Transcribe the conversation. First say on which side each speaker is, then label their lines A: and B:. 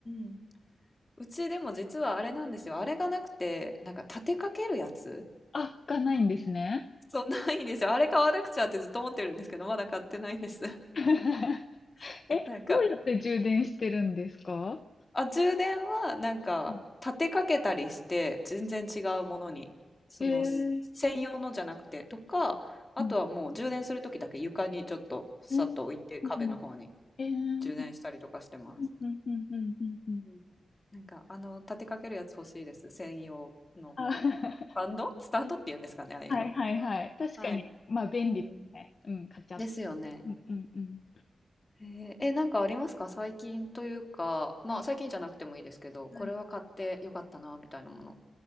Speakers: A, on the left; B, on the left.
A: うん。うちでも実はあれなんですよ。あれがなくて、なんか立てかけるやつ
B: あ、がないんですね。
A: そう、ないんですよ。あれ買わなくちゃってずっと思ってるんですけど、まだ買ってないんです。
B: <laughs> え、
A: <laughs> なんか、
B: どうやって充電してるんですか
A: あ、充電はなんか立てかけたりして全然違うものに、
B: うん
A: そのす専用のじゃなくてとか、
B: へえ。
A: あとはもう充電する時だけ床にちょっとさっと置いて壁の方に
B: うん。うん。うん。えう
A: 充電したりとかしてます。
B: んうん。うん。うん。うん。うん
A: うんなんかあの立てかけるやつ欲しいです。専用のス
B: あ、<laughs>
A: タンドスタンドって言うんですかね、ああいうの。
B: はいはいはい。確かに、
A: はい。
B: まあ便利ですね。
A: うん。
B: うん、カチャッ。
A: ですよね。
B: うんうんうん。
A: へえ、えなんかありますか最近というか、まあ最近じゃなくてもいいですけど、
B: はいはい。
A: これは買ってよかったなみたいなもの。